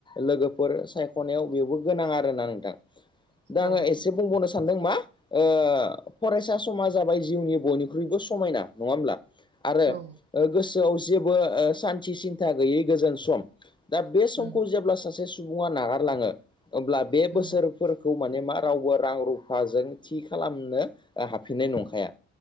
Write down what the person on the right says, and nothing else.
औ
औ उम
उम
उम
उम